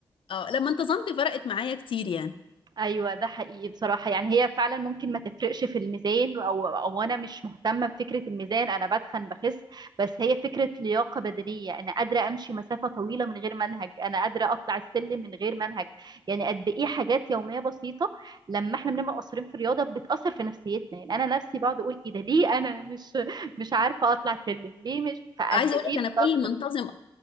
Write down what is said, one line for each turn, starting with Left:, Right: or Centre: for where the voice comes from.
Left: اه لما انتظمت فرقت معايا كتير يعني
Right: ايوه ده حقيقي بصراحه يعني هي فعلا ممكن ما تفرقش في الميزان او او انا مش مهتمه بفكره الميزان انا بتخن بخس بس هي فكره لياقه بدنيه انا قادره امشي مسافه طويله من غير منهج انا قادره اطلع السلم من غير منهج يعني قد ايه حاجات يوميه بسيطه لما احنا بنبقى مقصرين في الرياضه بتاثر في نفسيتنا يعني انا نفسي بقعد اقول ايه ده ليه انا مش مش عارفه اطلع سلم ليه مش فقد
Left: عايزه
Right: ايه
Left: اقول لك انا
Right: بتاثر
Left: كل ما انتظم